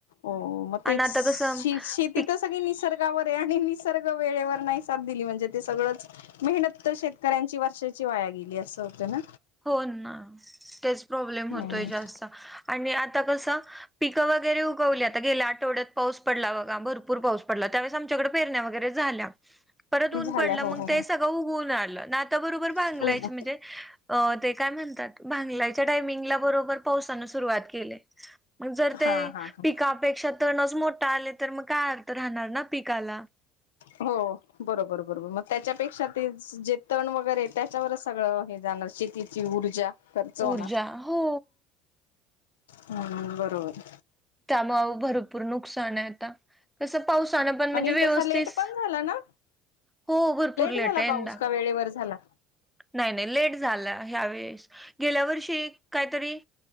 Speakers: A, on the left (about 85°); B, in the centre.
A: ओ म तेच
B: आणि आता
A: शी
B: कसं
A: शीत
B: पिक
A: तिथं सगळी निसर्गावर ये आणि निसर्ग वेळेवर नाही सात दिली म्हणजे ते सगळंच मेहनत तर शेतकऱ्यांची वर्षाची वाया गेली असं होतं ना?
B: हो ना. तेच प्रॉब्लेम
A: हम्म
B: होतोय जास्त आणि आता कसं पिकं वगैरे उगवली आता गेल्या आट आठवड्यात पाऊस पडला बघा. भरपूर पाऊस पडला त्यावेळेस आमच्याकडडे पेरण्या वगैरे झाल्या. परत ऊन
A: झाल्या
B: पडलं
A: हो
B: मग
A: हो
B: ते सगळं उगून आलं न आता बरोबर भांगलायच
A: हो
B: म्हणजे अ ते काय म्हणतात भांगलाच्या टायमिंगला बरोबर पावसान सुरुवात केलय. मग जर
A: हा
B: ते
A: हा हा
B: पिकापेक्षा तणच मोठे आले तर मग काय अर्थ राहणार ना पिकाला?
A: हो बरोबर-बरोबर, मग त्याच्यापेक्षा ते जे तण वगैरे त्याच्यावरच सगळं हे जाणार शेती ची ऊर्जा खर्च होणार.
B: ऊर्जा हो
A: हम् बरोबर.
B: त्यामळ भरपूर नुकसान आहे आता. कसं पावसानं पण म्हणजे
A: आणि
B: व्यवस्थिस
A: तसा लेट पण झाला ना
B: हो. भरपूर
A: झाला
B: लेट आहे यंदा
A: पाऊस का वेळेवर झाला
B: नाय-नाई लेट झाला ह्यावेेळेस. गेल्या वर्षी काहीतरी